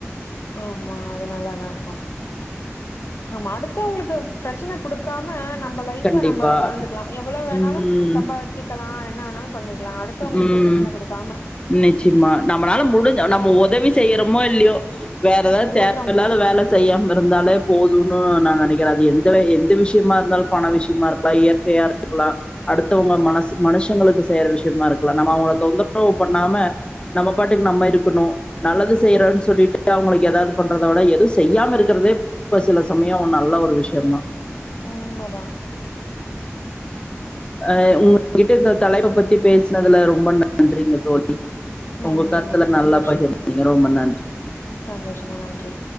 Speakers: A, on the left; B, on the left.
A: ஆமா அது நல்ல தா இருக்கு நம்ம அடுத்தவுங்களுக்கு பிரச்சன குடுக்காம நம்ம ம்ப லைஃபா
B: கண்டிப்பா
A: நம்ம வாழ்ந்துக்லா எவ்ளோ வேணாலு
B: உம்
A: சம்பாதிச்சுக்கலா என்ன வேணாலு பண்ணி க்கலா அடுத்தவங்களுக்கு
B: உம்
A: பிரச்சன கொடுக்காம
B: நிச்சயமா நம்மளால முடிஞ்ச நம்ம
A: குடுக்காம
B: உதவி செய்யறோமோ இல்யோ வேற ஏதாவது
A: உபத்திரம்
B: தேவ இல்லாத வேல செய்யாம இருந்தாலே போதுன்னு நா நெனைக்கிறே அது எங்கள எந்த விஷயமா இருந்தாலு பண விஷயமா இருக்லா இயற்கையா அடுத்தவங்க மனசு மனுஷங்களுக்கு செய்யற வி ஷயமா இருக்கல நம்ம அவுங்கள தொந்தரவு பண்ணாம நம்ம பாட்டுக்கு நம்ம இருக்கணு நல்லது செய்றோன்
A: ம்
B: சொல்லிட்டு அவுங்களிக்கு ஏதாவது பண்றத விட எதுவு செய்யாம இருக்கிறதே இப்ப சில சமயோ நல்ல ஒரு விஷயோ தா
A: உண்மதா
B: அ உங்ககிட்ட இந்த தலைப்ப பத்தி பேசினதுல ரொம்ப நன்றிங்க தோழி
A: நன்றிமா
B: உங்க கருத்தல நல்லா
A: சந்தோஷம்
B: பகிர்ந்தீங்க ரொம்ப நன்றி
A: சந்தோஷமா நன்றி